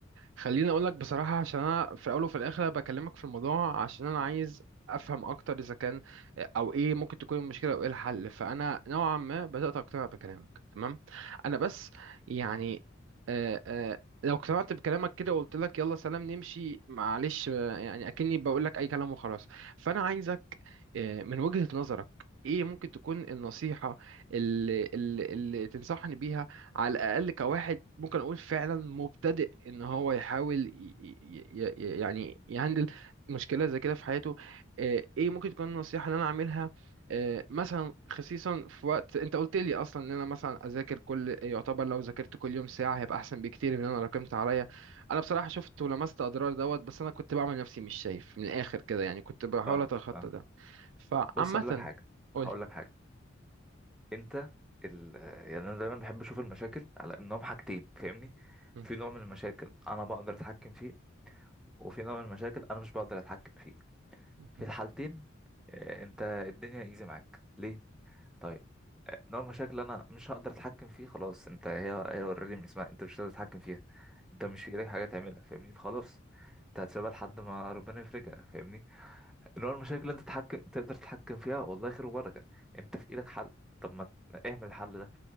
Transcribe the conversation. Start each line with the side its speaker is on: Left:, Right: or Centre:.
Right: خليني اقول لك بصراحه عشان انا في الاول وفي الاخر بكلمك في الموضوع عشان انا عايز افهم اكتر اذا كان او ايه ممكن تكون المشكله او ايه الحل فانا نوعا ما بدات اقتنع بكلامك تمام انا بس يعني آه آه لو اقتنعت بكلامك كده وقلت لك يلا سلام نمشي معلش آه، يعني اكني بقول لك اي كلام وخلاص فانا عايزك آه، من وجهة نظرك ايه ممكن تكون النصيحة اللي, اللي, اللي تنصحني بيها على الأقل كواحد ممكن أقول فعلا مبتدئ إن هو يحاول ي- ي- ي- يعني يهندل مشكلة زي كده في حياته آه، ايه ممكن تكون النصيحة اللي أنا أعملها آه، مثلا خصيصا في وقت انت قلت لي اصلا ان انا مثلا اذاكر كل يعتبر لو ذاكرت كل يوم ساعه هيبقى احسن بكتير من ان انا راكمت عليا انا بصراحه شفت ولمست اضرار دوت بس انا كنت بعمل نفسي مش شايف من الاخر كده يعني كنت بحاول
Centre: فاهمك
Right: اتخطى
Centre: فاهم
Right: ده فعامة
Centre: بص هقول لك حاجه
Right: قولي
Centre: هقول لك حاجه انت ال... يعني انا دايما بحب اشوف المشاكل على انهم حاجتين فاهمني
Right: مم.
Centre: في نوع من المشاكل انا بقدر اتحكم فيه وفي نوع من المشاكل انا مش بقدر اتحكم فيه
Right: مم.
Centre: في الحالتين آه، انت الدنيا ايزي معاك ليه طيب آه، نوع المشاكل اللي انا مش هقدر اتحكم فيه خلاص انت هي هي اوريدي من اسمها انت مش هتقدر تتحكم فيها انت مش في ايدك حاجه تعملها فاهمني فخلاص انت هتسيبها لحد ما ربنا يفرجها فاهمني اللي هو المشاكل اللي انت تتحكم تقدر تتحكم فيها والله خير وبركة انت في ايدك حل طب ما ت- اعمل الحل ده